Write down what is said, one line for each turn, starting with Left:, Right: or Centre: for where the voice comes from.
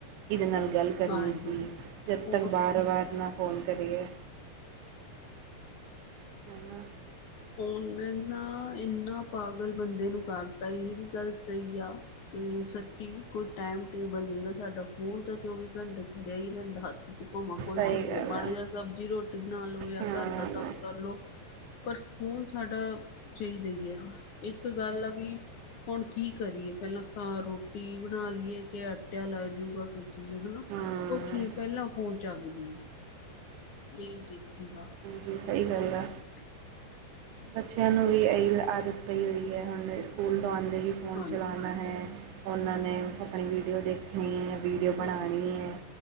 Right: ਕਿਹਦੇ ਨਾਲ ਗੱਲ ਕਰਨੀ
Left: ਹਾਂਜੀ
Right: ਸੀ ਜਦ
Left: ਫੋਨ
Right: ਤੱਕ ਵਾਰ -ਵਾਰ ਨਾ ਫੋਨ ਕਰੀਏ ਹੈਨਾ
Left: ਫੋਨ ਨਾ ਇੰਨਾ ਪਾਗਲ ਬੰਦੇ ਨੂੰ ਕਰਤਾ ਇਹ ਵੀ ਗੱਲ ਸਹੀ ਆ ਕਿ ਸੱਚੀ, ਕੋਈ ਟਾਈਮ ਟੇਬਲ ਨਹੀ ਗਾ ਸਾਡਾ ਫੋਨ ਤਾਂ ਚੌਵੀ ਘੰਟੇ ਫੜਿਆ ਹੀ ਰਹਿੰਦਾ ਹੱਥ ਚ ਭਾਵਾਂ ਕੁਛ
Right: ਸਹੀ
Left: ਵੀ
Right: ਗੱਲ
Left: ਆ, ਮਾੜਾ ਜਿਹਾ ਸਬਜ਼ੀ ਰੋਟੀ ਬਣਾ ਲੋ ਜਾਂ
Right: ਹਾਂ
Left: ਘਰ ਦਾ ਕੰਮ ਕਰਲੋ ਪਰ ਫੋਨ ਸਾਡਾ ਚਾਹੀਦਾ ਹੀ ਹੈ, ਇੱਕ ਗੱਲ ਆ ਵੀ ਹੁਣ ਕੀ ਕਰੀਏ ਪਹਿਲਾਂ ਘ ਰੋਟੀ ਬਣਾ ਲਈਏ ਕਿ ਆਟਿਆ ਲਾ ਜਾਊਗਾ ਕੋਈ ਕੀ ਹਨਾ,
Right: ਹਾਂ
Left: ਕੁਛ ਨੀ ਪਹਿਲਾਂ ਫੋਨ ਚੱਕਦੇ ਹ, ਨਹੀਂ ਦੇਖੀਦਾ
Right: ਜੀ ਸਹੀ ਗੱਲ ਆ
Left: ਅ
Right: ਬੱਚਿਆਂ ਨੂੰ ਵੀ ਇਹੀ ਆਦਤ ਪਈ ਹੋਈ ਹੈ ਹੁਣ ਸਕੂਲ ਤੋਂ ਆਂਉਦੇ ਹੀ ਫ਼ੋਨ
Left: ਹਾਂਜੀ
Right: ਚਲਉਣਾ ਹੈ, ਉਹਨਾਂ ਨੇ ਆਪਣੀ ਵੀਡੀਓ ਦੇਖ ਣੀ ਵੀਡੀਓ
Left: ਹਾਂ।
Right: ਬਣਾਉਣੀ ਹੈ